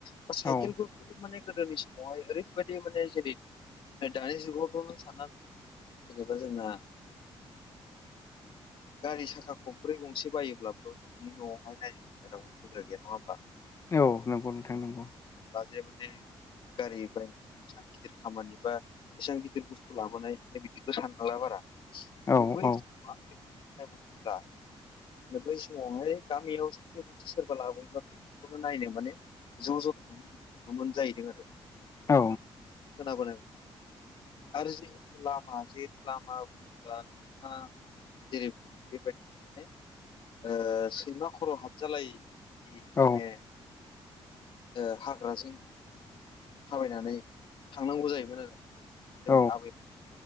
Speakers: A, on the left; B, on the left.
A: बा साइकेलफोरखौबो
B: औ
A: माने गोदोनि समावहाय ओरै बादि माने जेरै दानि जुगावथ' नों साननानै जेनेबा जोंना गारि साखा खमब्रै गंसे बायोब्लाबो नोंनि न'आवहाय नाय बाहेराव दोनग्रा गैया नङा होमबा?
B: औ नंगौ नोंथां नंगौ।
A: बा जे माने गारिफ्रा <unintelligible> गिदिर खामानि बा एसां गिदिर बुस्थु लाबोनाय बे बिदिखौ सानबांला बारा। माने
B: औ
A: बै
B: औ
A: <unintelligible> बुङोब्ला माने बै समावहाय गामियाव सासेे मानसि मानसि सोरबा लाबोयोबा बेफोरखौनो नायनो माने ज' ज' थाङोमोन जाहैदों आरो।
B: औ।
A: खोनाबोनाय आरो जिहेतु लामा जे लामा बुंब्ला नोंथाङा जेरै बेबायदिनो ओ सैमा खर' हाबजालायि बिदि माने
B: औ
A: ओ हाग्राजों थाबायनानै थांनांगौ जायोमोन आरो जोंनि
B: औ
A: आबै